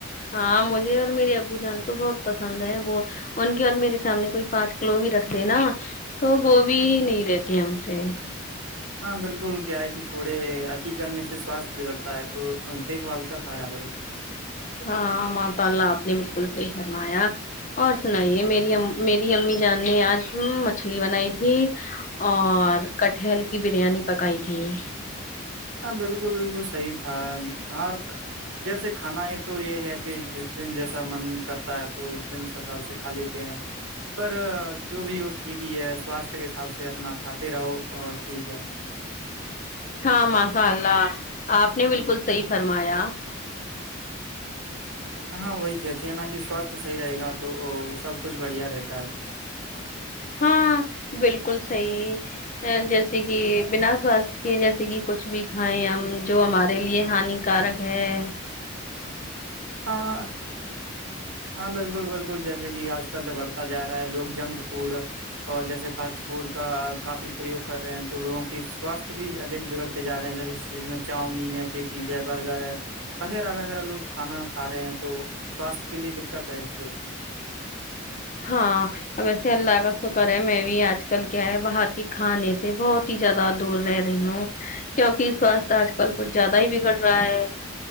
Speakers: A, on the left; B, on the right.
A: ہاں مجھے اور میرے ابو جان کو بہت پسند ہے وہ ان کی اور میرے سامنے کوئی پانچ کلو بھی رکھ دینا تو وہ بھی نہیں رہتی ہے ہم سے
B: ہاں بالکل گی تھوڑے اتی کرنے سے سواست بگڑتا ہے تو دیکھ بھال کر کھایا کرو
A: ہاں ماشاءاللہ اپنی بالکل صحیح فرمایا اور سنائیے میری میری امی جانی ہے آج مچھلی بنائی تھی <unintelligible>
B: <unintelligible>
A: <unintelligible>
B: <unintelligible>
A: ہا بلکل سہی ہ جے <unintelligible>
B: <unintelligible> <unintelligible> <unintelligible> کھا رہے ہیں تو سواستھ کے لیے دقت ہے اس سے
A: ہاں اس اللہ کاسو کرے میں آج کل کیا ہے باہر کی کھانے سے بہت ہی زیادہ دور رہ رہی ہوں کیونکہ اس واست آج کل کچھ زیاد ہی بگڑ جائے